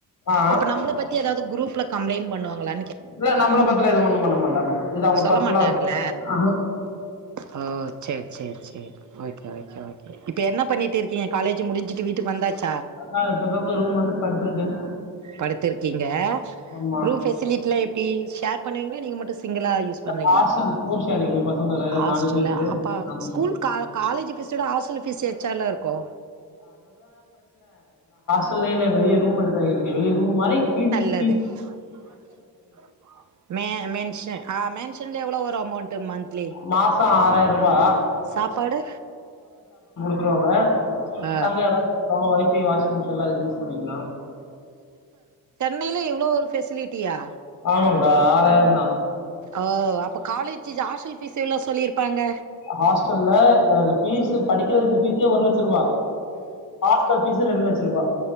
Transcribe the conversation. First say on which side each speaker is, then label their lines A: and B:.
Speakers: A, on the left; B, on the right.
A: ஆ
B: இப்ப நம்மள பத்தி ஏதாவது குரூப்ல கம்ப்ளைண்ட் பண்ணுவாங்ளா
A: இல்ல நம்மள பத்தில எதுவு ஒன்னும் பண்ண மாட்டாங்க இது அவங்க
B: சொல்ல
A: பர்சனலா
B: மாட்டாங்கள
A: வச்சுக்குவாங்க ஆ
B: ஓ சேரி சேரி ஓகே ஓகே ஓகே இப்ப என்ன பண்ணிட்டு இருக்கீங் ம் காலேஜ் முடிஞ்சுட்டு வீட்டு வந்தாச்சு
A: ஆ இப்பதங்க ரூம் வந்து படுத்துருக்கே
B: படுத்துருக்கீங்க
A: ஆமா
B: ரூம்ஃபெசிலிடிலா எப்டி ஷேர் பண்ணீவீங்களா நீங்க மட்டு சிங்கிளா யூஸ் பன்னுவீங்களா
A: ஹாஸ்டல் ஃபோர் ஷேரிங்கு பசங்க ரெ-
B: ஆஸ்டலா
A: நாலு பேரு
B: அப்ப
A: ஆமா
B: ஸ்கூல் கா காலேஜ் ஃபீஸ்டோட ஹாஸ்டல் ஃபீஸ் எக்ஸ்டால இருக்கு
A: டலேல வெளகய ரூம் எடுத் தங்கிருக்கு இவெளி ரூம் மாரி பி
B: <unintelligible> மேன்ஷன் ஆ மேன்ஷன் எவ்ளோ ஒரு அமௌ்ன்டு மந்தலி
A: மாசோ ஆறாயிர ரூபா
B: சாப்பாடு
A: த்துருவாங்க
B: ஆ
A: தங்க இட குடுத்துருவாங்க ஒய்ஃபை வாஷிங் மிஷின் எலா யூஸ் பண்ணிக்கலா
B: னையில இவ்ளோ ஒரு ஃபெசிலிட்டியா
A: ஆமாக்கா ஆராய்ரந்தா
B: ஒ அப்ப காலேஜ் ஹாஸ்டல் ஃபீஸ் எவ்ளோ சொல்லிருப்பாங்க
A: ஹாஸ்டல்ல எனக்கு ஃபீஸ் படிக்கிறதுக்கு ஃபீஸே ஒரு லச்ச ரூபா ஹாஸ்டல் ஃபீஸ் ரெண்டு லச்ச ரூபா